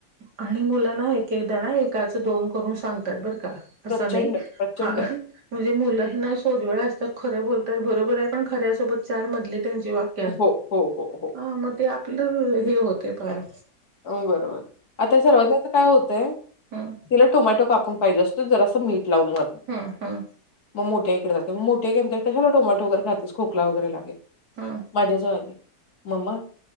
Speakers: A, on the right; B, on the left.
A: आणि मुलं ना एके क दा ना एकाचं दोन करून सांगतात बरं का. असं
B: प्रचंड
A: नाही,
B: प्रचंड
A: हा म्हणजे मुलं ह ना सोज्वळ असतात खरं बोलतात बरोबर आहे पण खऱ्यासोबत चार मधली त्यांची वाक्य्
B: हो हो हो हो
A: हा मग ते आपलं हे होतेय फार
B: हो, बरोबर आता सर्वांत जास्त काय होतंय?
A: हम्
B: तिला टोमॅटो कापून पाहिजे असतं जरासं मीठ लावून वर.
A: हम् हम्
B: मग मोठया आईकडे जाते, मग मोठ्या आई म्हणते कशाला टोमॅटो वगैरे खातेस खोकला वगैरे लागेल.
A: हम्
B: माझ्याजवळ आली मम्मा